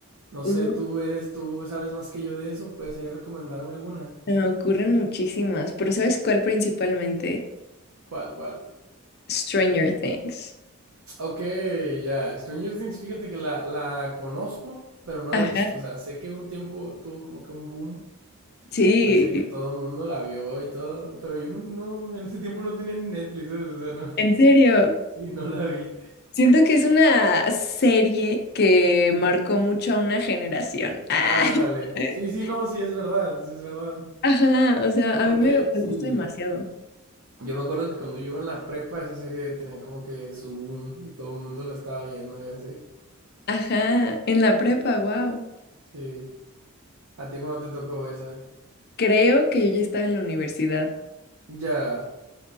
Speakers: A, on the right; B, on the left.
A: No sé,
B: Uh,
A: tú eres, tú sabes más que yo de eso, puedes ahí recomendarme alguna.
B: Me ocurren muchísimas, pero ¿sabes cuál principalmente?
A: ¿Cuál, cuál?
B: Stranger Things.
A: Ok, ya. Stranger Things, fíjate que la, la conozco, pero no
B: Ajá,
A: la he visto. O sea, sé que un tiempo tuvo como que un boom
B: sí,
A: Así que todo el mundo la vio y todo. Pero yo no, no- en ese tiempo no tenía ni Netflix, ¿sabes? O sea, no. <laughs>
B: en serio.
A: Sí, no la vi.
B: Siento que es una serie que marcó mucho a una generación. Ah.
A: Ándale.
B: <laughs>
A: Sí, sí, no, sí, es verdad, sí, es verdad.
B: Ajá, o sea,
A: Porque
B: a mí me, me
A: sí,
B: gusta demasiado.
A: yo me acuerdo que cuando yo iba en la prepa, esa serie tenía como que su boom y todo el mundo la estaba viendo y así.
B: Ajá, en la prepa, wow.
A: Sí. ¿A ti cuando te tocó esa?
B: Creo que yo ya estaba en la universidad,
A: Ya,